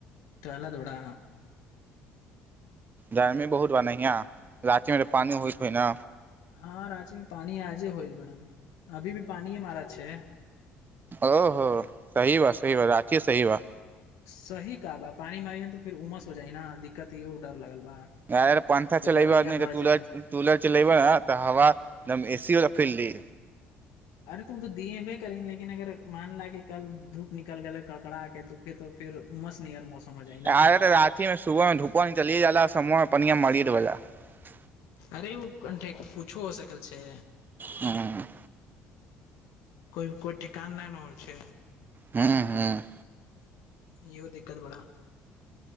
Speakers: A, on the left (about 70°); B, on the right (about 35°).
A: तऽल तथोड़ा <unintelligible>
B: गर्मी बहुत ब ने यैहाँ रातीमे तऽ पानि होइत होइ ने
A: हँ राँचीमे पानी आजे होइल बड़ा अभी भी पानि ह मारा अ्छै
B: ओ हो सही बा सही ब राँचीये सही बा
A: सही कह बा पानी मारियए ने त फर उमस हो जाइ ना दिक्कत ई र लगल बा
B: य पंथा
A: तऽ
B: चलेब
A: गर्मिया
B: तऽ
A: बढ़
B: टलर
A: जाए
B: चलेबऽ हव एकद एसी <unintelligible> फिल दी
A: अरे तू ओ दिय भे करी लेकिन अगर मान ल कि कल धूप निकल गेलै कड़कड़ा के त फर तो फर उमस नयर मौसम हो जाइ
B: अरे
A: न
B: तऽ राति में सुबह धूपह चलिये जाला समह <unintelligible> पनआ मड़ि दबैा <unintelligible>
A: अरे ओ कठ पूछो हो सकल छै
B: हँ
A: कोइ कोइ ठेकान न न होइ छै
B: हँ हँ
A: इहो दिक्कत बड़ा